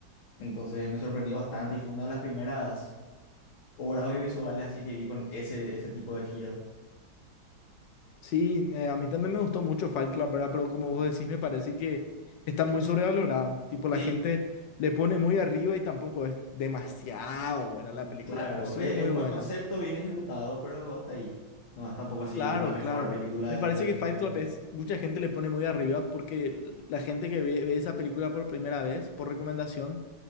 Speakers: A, on the left (about 90°); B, on the left (about 70°).
A: Entonces me sorprendió bastante y fue una de las primeras obras audiovisuales así que vi con ese, ese tipo de giro.
B: Sí, eh, a mí también me gustó mucho Fight Club, ¿verdad? Pero como
A: Ujú.
B: vos decís, me parece que está muy sobrevalorada. Tipo, la
A: Sí.
B: gente le pone muy arriba y tampoco es demasiado buena la película,
A: Claro,
B: pero sí
A: e-
B: es muy
A: es un
B: buena.
A: buen concepto, bien ejecutado, pero hasta ahí. No es tampoco así
B: Claro,
A: la mejor
B: claro.
A: película
B: Me
A: de
B: parece que Fight
A: su década.
B: Club es, mucha gente le pone muy arriba porque la gente que ve, ve esa película por primera vez, por recomendación,